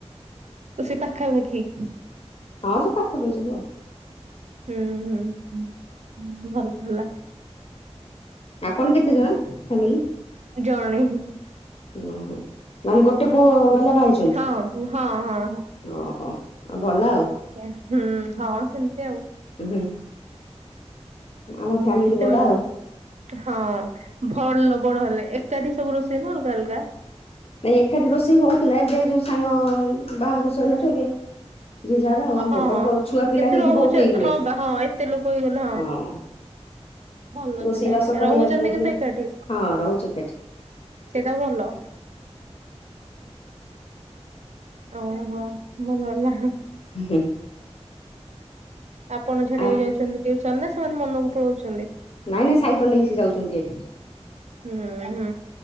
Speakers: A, on the right (about 75°); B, on the left (about 60°).
A: ସେ ପାଖାପାଖି
B: ହଁ ଯୋ ପାଖାପ ଯିବୁ
A: ହୁଁ ହୁଁ ଭଲ ଭଲ
B: ଆପଣ କେତେ ଜଣ ଫ୍ୟାମିଲି
A: ଜଣେ ହିଁ
B: ହୁଁ ହୁଁ ମାନେ ଗୋଟେ ପୁଅ ଵାଲା ବାହାହେଇଛନ୍ତି
A: ହଁ ହଁ ହଁ
B: ଓହୋ ଆଉ ଭଲ ଆଉ
A: ଆଜ୍ଞା ହୁଁ ହଁ ସେମିତି ଆଉ
B: ହୁଁ ଆମ
A: ଓ
B: ଫ୍ୟାମିଲି
A: ଏ ସେ
B: ବଡ ଆଉ
A: ହଁ ଭଲ ବଡ ହେଲେ ଏକାଠି ସବୁ ରୋଷେଇ ନା ଅଲଗା ଅଲଗା
B: ନାଇଁ ଏକାଠି ରୋଷେଇ ହଉଥିଲା ଏବେ ଯୋଉ ସାନ ବାହାଘର ସୋଇଲାଠୁ ଏବେ ଯ ଯାହାର ଆଉ ଆମ
A: ହଁ
B: ବଡ ଛୁଆ ପିଲା
A: କିନ୍ତୁ
B: ହେଇକି
A: ରହୁଛ
B: ବହୁତ ହେଇଗଲେ
A: ହଁ ବା ହଁ ଏତେ ଲୋକ ହେଇଗଲେ
B: ହଁ
A: ଭଲ
B: ରୋଷେଇ
A: ସେଟା
B: ବାସ କରିବାକୁ
A: ରହୁଛନ୍ତି
B: ପ୍ରୋବ୍ଲେମ
A: କିନ୍ତୁ ଏକାଠି
B: ହଁ ରହୁଛି କେଠି
A: ସେଇଟା ଭଲ ଓହୋ ମୋ ନନା।
B: ଉଁ ହୁଁ।
A: ପଣ ଛାଡିବାକୁ
B: ଆ
A: ଯାଉଛନ୍ତି ଟିଉସନ ରେ ସେମାନେ ମନକୁ ପଳଉଛନ୍ତି।
B: ନାଇଁ ନାଇଁ ସାଇକେଲ ନେଇକି ସେ ଯାଉଚନ୍ତି ଏବେ।
A: ହୁଁ ହୁଁ।